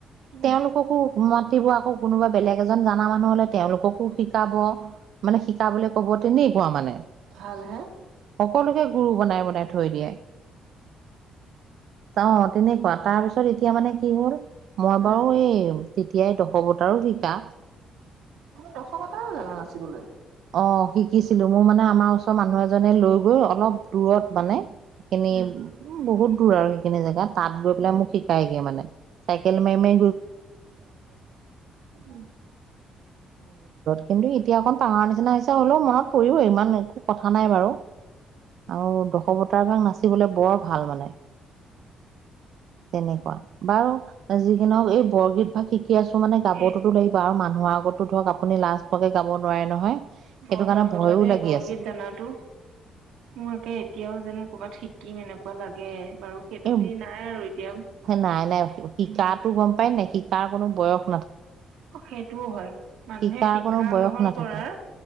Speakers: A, on the right (about 85°); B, on the right (about 70°).
A: উম,
B: তেওঁলোককো মাতিব আকৌ কোনোবা বেলেগ এজন জাননা মানুহ হলে তেওঁলোককো শিকাব মানে শিকাবলে ক'ব তেনেকুৱা মানে
A: ভাল হে
B: সকলোকে গুৰু বনাই বনাই থৈ দিয়ে। অ', তেনেকুৱা তাৰপিছত এতিয়া মানে কি হ'ল মই
A: উম
B: বাৰু এই তেতিয়াই দশ বতাৰো শিকা।
A: দশবতাও জানা নাচিবলৈ।
B: অ শিকিছিলো মোৰ মানে আমাৰ ওচৰ মানুহ এজনে লৈ গৈ অলপ দূৰত মানে সেইখিনি
A: উম
B: উ বহুত দূৰ আৰু সেইখিনি জেগা তাত গৈ পেলাই
A: উম
B: মোক শিকাইগে মানে চাইকেল মা
A: উম,
B: কিন্তু এতিয়া অক নিচিনা সিঁচা হ' <unintelligible> লেও মনত পৰিও ইমান একো কথা নাই বাৰু আৰু দশৱতাৰ ভাগ নাচিবলৈ বৰ ভাল মানে তেনেকুৱা বাৰু যি কি নহওঁক এই বৰগীত ফাঁকি শিক আছোঁ মানে গাবটোতো
A: এ
B: লাগিব আৰু মানুহৰ আগতো ধৰক আপুনি লাজষ্ট পোৱাকৈ গাব নোৱাৰে নহয়। সেইটো
A: বৰ
B: কাৰণে
A: ভাল কথা
B: ভয়ো
A: দেই
B: লাগি
A: বৰ
B: আছে
A: গীত জানাতো মোৰ আাকে এতিয়াও যেনো কবাত শিকিম এনেকুৱা লাগে। বাৰু সেইটো
B: এ
A: হেৰি নাই আৰু এতিয়া
B: নাই নাই শিকাতো
A: উম,
B: গম পাই নাই শা তাৰ কোনো বয়স
A: সেইটোও হয় মানুহে
B: শিকাৰ
A: শিক্ষা
B: কোনো বয়স
A: গ্ৰহণ
B: নাথাকে
A: কৰাৰ